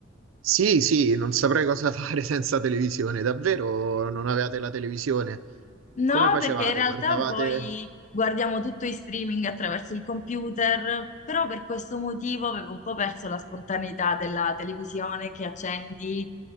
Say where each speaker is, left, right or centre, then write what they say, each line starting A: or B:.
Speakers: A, on the right; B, on the left.
A: Sì, sì, non saprei cosa fare <laughs> senza televisione. Davvero non avevate la televisione?
B: No,
A: Come facevate?
B: perché in realtà
A: Guardavate?
B: poi guardiamo tutto in streaming attraverso il computer, però per questo motivo avevo un po' perso la spontaneità della televisione che accendi